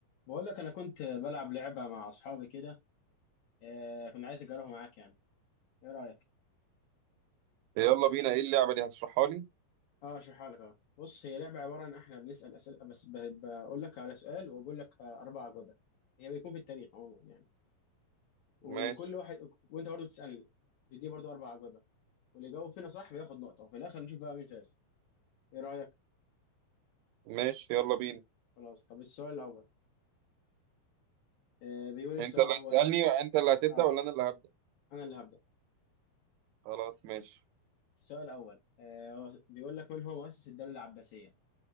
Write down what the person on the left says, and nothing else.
بقول لك انا كنت بلعب لعبه مع اصحابي كده آه كنت عايز اجربها معاك يعني ايه رايك
اه اشرحها لك اهو بص هي لعبه عباره عن احنا بنسال اسئله بس ب- بقول لك على سؤال واقول لك آه اربع اجوبه هي بيكون في التاريخ عموما يعني ولكل
واحد وانت برضه تسالني تديني برضه اربع اجوبه واللي يجاوب فينا صح بياخد نقطه وفي الاخر نشوف بقى مين فاز ايه رايك
خلاص طب السؤال الاول آه بيقول إيه السؤال
الاول
اه
انا اللي هبدا
السؤال الاول آه هو بيقول لك من هو مؤسس الدوله العباسيه